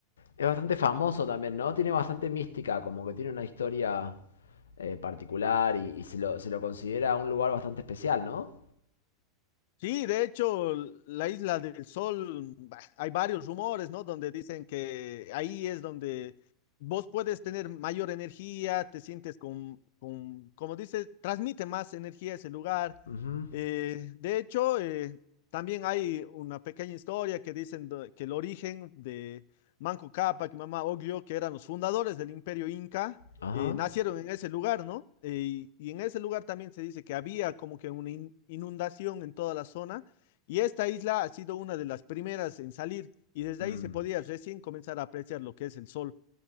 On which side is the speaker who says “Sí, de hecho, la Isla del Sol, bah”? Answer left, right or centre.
Left